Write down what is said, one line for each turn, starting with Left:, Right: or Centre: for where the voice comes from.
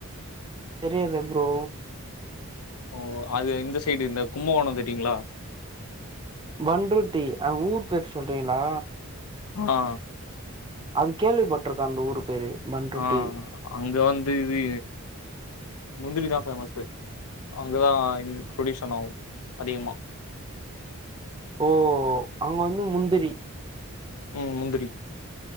Right: தெரியாது ப்ரோ
Left: ஓ அது இந்த சைடு இந்த கும்பகோணோ தெரியுங்ளா
Right: பன்ருட்டி அ ஊர் பேர் சொல்றீங்ளா
Left: ஆ
Right: அது கேள்விப்பட்ருக்கே அந்த ஊர் பேரு பண்ருட்டி
Left: ஆ அங்க வந்து இது முந்திரி தா ஃபேமஸு அங்க தா எங்ளுக் ப்ரொடியூஷன் ஆவு அதிகமாக
Right: ஓ அங்க வந்து முந்திரி
Left: ம் முந்திரி